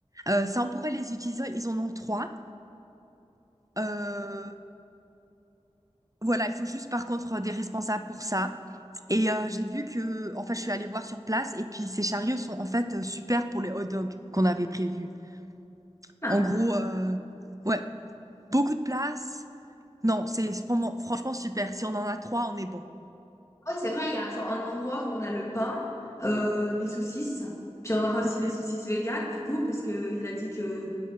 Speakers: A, on the right; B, on the left.
A: Euh, ça, on pourrait les utiliser. Ils en ont trois. Euh, Voilà, il faut juste par contre euh, des responsables pour ça. Et euh, j'ai vu que, en fait, je suis allée voir sur place et puis ces chariots sont en fait euh, super pour les hot dogs qu'on avait prévus.
B: Mhm.
A: En gros, euh, ouais, beaucoup de place. Non, c'est vraiment- franchement super. Si on en a trois, on est bon.
B: Ouais, c'est vrai, il y a genre un endroit où on a le pain, euh, les saucisses, puis on aura aussi
A: Mhm.
B: les saucisses véganes, du coup, parce que il a dit que